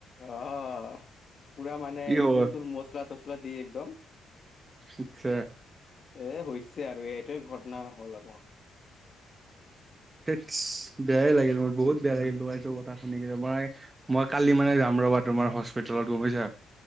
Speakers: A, on the left; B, on the right.
A: অ', পুৰা মানে
B: কি খবৰ?
A: জুল তুল মচলা-তছলা দিয় একদম।
B: আচ্ছা।
A: এ, হৈছে আৰু এইটোৱে ঘটনা হ'ল আও মোৰ।
B: তেছ বেয়াই লাগিল মোৰ বহুত বেয়া লাগিল তোম এই কথা শুনি মই কালি মানে যাম ৰ'বা তোমাৰ হস্পিতালত গোম পাইছা,